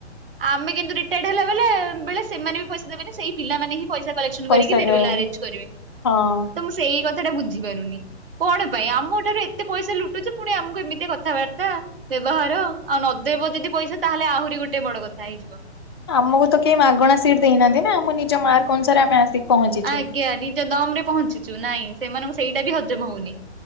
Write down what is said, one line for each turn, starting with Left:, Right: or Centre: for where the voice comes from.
Right: ଆମେ କିନ୍ତୁ ରିଟାୟାର୍ଡ ହେଲା ବେଲେ ବେଳେ ସେମାନେ ବି ପଇସା ଦେବେନି ସେଇ ପିଲାମାନେ ହି ପଇସା କଲେସନ
Left: ପଇସା
Right: କରିକି ଫେରୱାଲ
Left: ଦେବେ
Right: ଆରେ୍ଜ କରିବେ
Left: ହଁ
Right: ତ ମୁଁ ସେଇ କଥା ଟା ବୁଝି ପାରୁନି। କଣ ପାଇଁ ଆମ ଠାରୁ ଏତେ ପଇସା ଲୁଟୁଛି ପୁଣି ଆମକୁ ଏମିତି କଥାବାର୍ତ୍ତା, ବ୍ୟବହାର। ଆଉ ନଦେବ ଯଦି ପଇସା ତାହେଲେ ଆହୁରି ଗୋଟେ ବଡ କଥା ହେଇଯିବ।
Left: ଆମକୁ ତ କେହି ମାଗଣା ସିଟ ଦେଇନାହାନ୍ତି ନା ଆମ ନିଜ ମାର୍କ ଅନୁସାରେ ଆମେ ଆସିକି ପହଞ୍ଚିଛୁ।
Right: ଆଜ୍ଞା ନିଜ ଦମ ରେ ପହଞ୍ଚିଚୁ ନାଇଁ ସେମାନଙ୍କୁ ସେଇଟା ବି ହଜମ ହଉନି।